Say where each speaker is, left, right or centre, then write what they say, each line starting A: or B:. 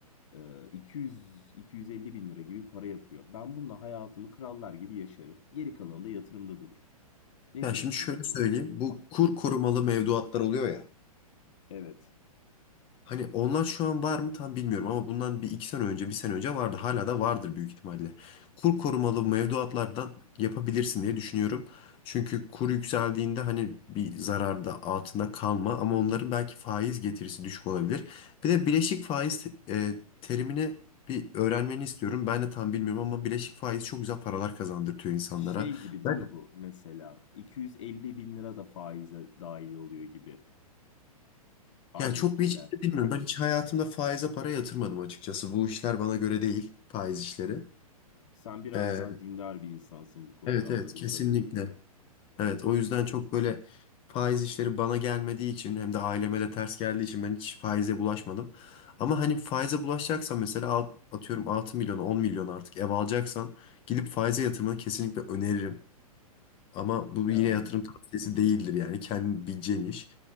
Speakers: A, on the left (about 55°); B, on the left (about 30°).
A: e, 200 250 bin lira gibi para yapıyor. Ben bununla hayatımı krallar gibi yaşarım. Geri kalanı da yatırımda durur. Ne
B: Yani
A: diyorsun
B: şimdi şöyle
A: bu duruma?
B: söyleyeyim. Bu kur korumalı mevduatlar oluyor ya.
A: Evet.
B: Hani onlar şu an var mı tam bilmiyorum ama bundan bir iki sene önce, bir sene önce vardı. Hala da vardır büyük ihtimalle. Kur korumalı mevduatlardan yapabilirsin diye düşünüyorum. Çünkü kur yükseldiğinde hani bir zararda altında kalma ama onların belki faiz getirisi düşük olabilir. Bir de bileşik faiz te- e, terimini bir öğrenmeni istiyorum. Ben de tam bilmiyorum ama bileşik faiz çok güzel paralar kazandırtıyor insanlara.
A: Şey gibi değil
B: Ben
A: mi bu mesela? 250 bin lira da faize dahil oluyor gibi aylık
B: ya çok
A: gelen.
B: bir hiç bilmiyorum. Ben hiç hayatımda faize para yatırmadım açıkçası. Bu işler bana göre değil, faiz işleri.
A: Sen biraz
B: E,
A: daha dindar bir insansın bu konuda
B: Evet
A: anladığım
B: evet kesinlikle.
A: kadarıyla. Evet.
B: Evet o yüzden çok böyle faiz işleri bana gelmediği için hem de aileme de ters geldiği için ben hiç faize bulaşmadım. Ama hani faize bulaşacaksan mesela alt- atıyorum 6 milyona 10 milyon artık ev alacaksan gidip faize yatırmanı kesinlikle öneririm. Ama bu
A: Yani
B: yine yatırım tavsiyesi değildir yani kendin bileceğin iş.